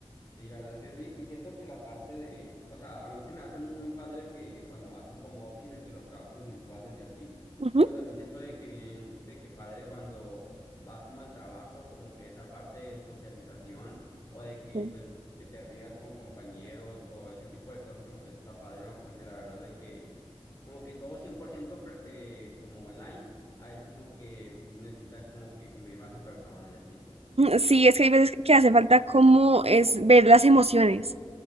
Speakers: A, on the left (about 35°); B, on the right (about 70°).
A: Sí, la verdad es que sí, y siento que la parte de, o sea, a mí se me hace muy padre que cuando haces home office, de que los trabajos virtuales y así,
B: Ujú.
A: pero también siento de que bien, de que padre cuando vas como al trabajo, como que esa parte de socialización o de que
B: Ujú,
A: pues que te rías con compañeros o ese tipo de cosas como que sí está padre, ¿no? Porque la verdad de que como que todo 100% pre- eh, como online, a veces como que sí necesita como que convivir más con personas y así, pues.
B: Sí, es que hay veces que hace falta como es ver las emociones,